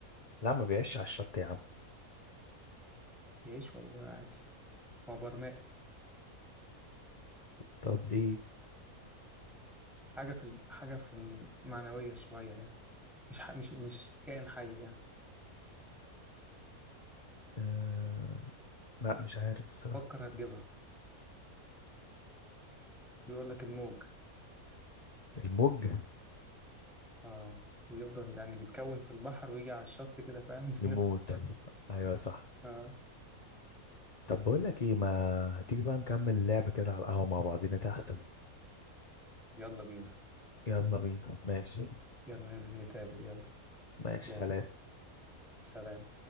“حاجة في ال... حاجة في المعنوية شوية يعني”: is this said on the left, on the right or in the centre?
Centre